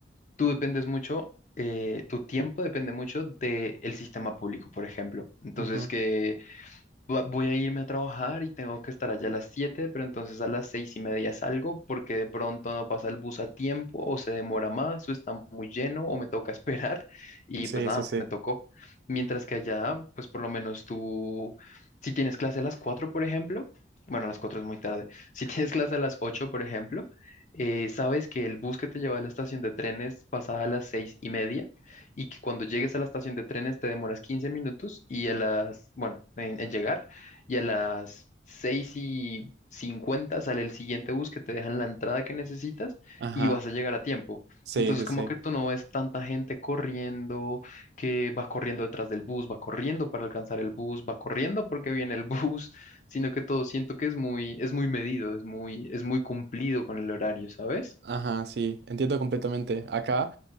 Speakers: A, on the left (about 45°); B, on the right (about 65°).
A: tú dependes mucho, eh, tu tiempo depende mucho del sistema público, por ejemplo. Entonces,
B: Ujú.
A: que va- voy a irme a trabajar y tengo que estar allá a las siete pero entonces a las seis y media salgo porque de pronto no pasa el bus a tiempo o se demora más o está muy lleno o me toca <laughs> esperar y
B: Sí,
A: pues nada,
B: sí, sí.
A: me tocó. Mientras que allá, pues por lo menos tú, si tienes clase a las 4 por ejemplo, bueno, a las 4 es muy tarde, <laughs> si tienes clase a las 8 por ejemplo, eh, sabes que el bus que te lleva a la estación de trenes pasa a las seis y media y que cuando llegues a la estación de trenes te demoras 15 minutos y a las, bueno, en, en llegar y a las 6 y 50 sale el siguiente bus que te dejan la entrada que necesitas
B: Ajá.
A: y vas a llegar a tiempo.
B: Sí,
A: Entonces
B: sí,
A: como
B: sí.
A: que tú no ves tanta gente corriendo, que va corriendo detrás del bus, va corriendo para alcanzar el bus, va corriendo porque viene el <laughs> bus, sino que todo siento que es muy, es muy medido, es muy, es muy cumplido con el horario, ¿sabes?
B: Ajá, sí, entiendo completamente. Acá,